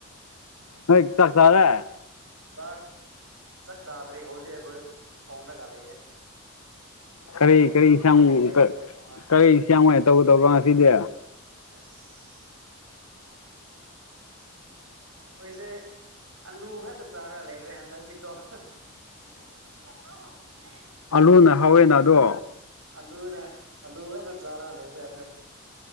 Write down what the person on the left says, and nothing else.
ꯅꫭꯏ ꯆꯥꯛ ꯆꯥꯔꯦ
ꯀꯔꯤ
ꯀꯔꯤ
ꯏꯟꯁꯥꯡ
ꯀꯔꯤ
ꯏꯟꯁꯥꯡ ꯑꯣꯏꯅ ꯇꯧꯒꯗꯧꯕ꯭ꯔꯥ ꯉꯁꯤꯗꯤ
ꯑꯥꯂꯨꯅ ꯍꯥꯎꯋꯦꯅ ꯑꯗꯣ